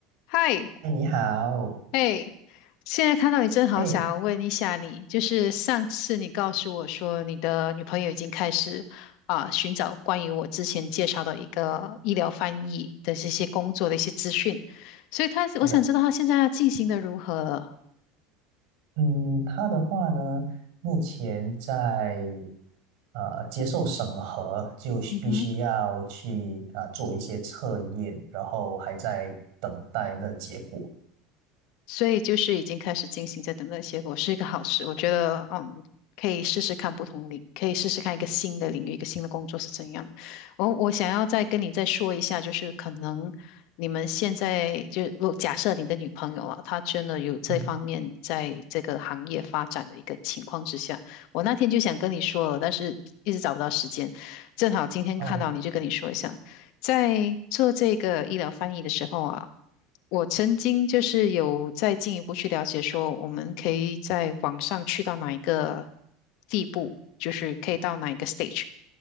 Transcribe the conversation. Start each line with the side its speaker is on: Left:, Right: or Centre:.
Left: 嗨，
Right: 哎，你好，
Left: 哎，现在看到你，真好想要问一下你，
Right: 哎，
Left: 就是上次你告诉我说你的女朋友已经开始啊、寻找关于我之前介绍的一个医疗翻译的这些工作的一些资讯，所以她我想知道她现在进行的如何了。
Right: 是的，嗯，他的话呢，目前在呃接受审核，就是必须要去啊、
Left: 嗯
Right: 呃做一些测验，然后还在等待那结果。
Left: 所以就是已经开始进行，在等待结果，是一个好事。我觉得，嗯，可以试试看不同领，可以试试看一个新的领域，一个新的工作是怎样。我我想要再跟你再说一下，就是可能你们现在就如果假设你的女朋友啊，她真的有这方面在这个行业发展的一个情况之下，
Right: 嗯，
Left: 我那天就想跟你说了，但是一直找不到时间，正好今天看到你就跟你说一下，
Right: 哦，
Left: 在做这个医疗翻译的时候啊。我曾经就是有再进一步去了解，说我们可以在网上去到哪一个地步，就是可以到哪一个 stage。